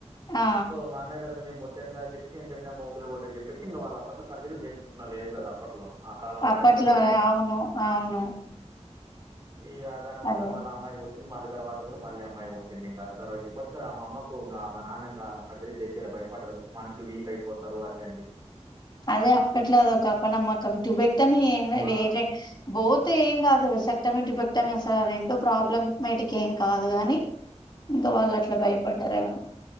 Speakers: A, on the left; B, on the right.
A: ఆ
B: మా అన్నయ్య తరువాత నేన్ పు అ అని చెప్పసి ఎంటనే మోబైల్ కొట్ట అని చెప్పేసిం వాళ్ళ అట్లో సర్రలు చేయిించకున్న లేదు కదా అప్పట్లో ఆ కాలంలో
A: అప్పట్లో
B: భయపడేవాళ్ళు కదా
A: అవును అవును
B: ఈగ దాని వల్
A: అదే
B: మళ అమ్మాయి కుట్టింది మళీ తర్వాత కూడా మళ్ళీ అమ్మాయి పుట్టింది ఇంకా తర్వాత ఇప్పడు సార్ ఆ మా అమ్మకు ఇంకా మా నాన్న ఇంకా సర్జరీ చెప్పి ఇలా భయపడ్డారు, మనుషులు వీక్ అయిపోతారు అది అని చెప్పి
A: అదే అప్పట్లా అద ఒకప్పనమ <unintelligible> సమ ఏం
B: ఆ
A: వేరే పోత్ ఏం కాదు సట్టమి <unintelligible> చట్టమేస రెంటో ప్రాబ్ల మేటిక్ ఏం కాదు గాని ఇంకా వాళ్ళు అట్లా భయపడ్డారెమో